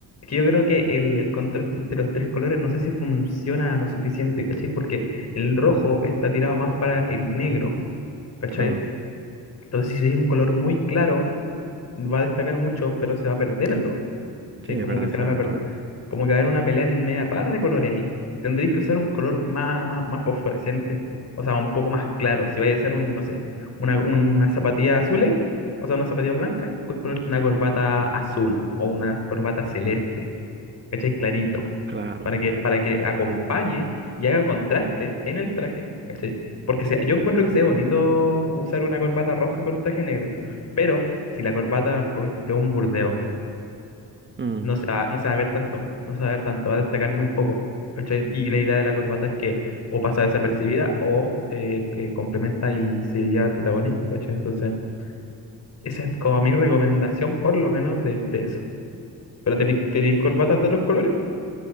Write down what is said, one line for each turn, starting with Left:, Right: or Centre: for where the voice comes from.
Left: que yo creo que el, el contraste entre los tres colores no sé si funciona lo suficiente, ¿cachai? Porque el rojo está tirado más para el negro, ¿cachai?
Right: Claro.
Left: Entonces, si es un color muy claro, va a destacar mucho, pero se va a perder el rojo, ¿cachai?
Right: Sí, es
Left: Como
Right: verdad,
Left: que se
Right: sabe
Left: van a perder,
Right: raro.
Left: como que va a haber una pelea en media rara de colores ahí. Tendréis que usar un color más, más, más fosforescente, o sea, un poco más claro. Si vais a hacer un, no sé, una, una zapatilla azul, o sea, una zapatilla blanca, puedes ponerte una corbata azul o una corbata celeste. ¿cachai? Clarito,
Right: Claro.
Left: para que, para que acompañe y haga contraste en el traje, ¿cachai? Porque se- yo encuentro que sea bonito usar una corbata roja con un traje negro, pero si la corbata, por ejemplo, es un burdeo,
Right: Mm.
Left: no se va, no se va a ver tanto, no se va a ver tanto, va a destacar muy poco, ¿cachai? Y la idea de la corbata es que o pasa desapercibida o eh, eh, complementa y se lleva el protagonismo, ¿cachai? Entonces, esa es como mi recomendación, por lo menos, de, de eso. ¿Pero tenéis, tenéis corbatas de otros colores?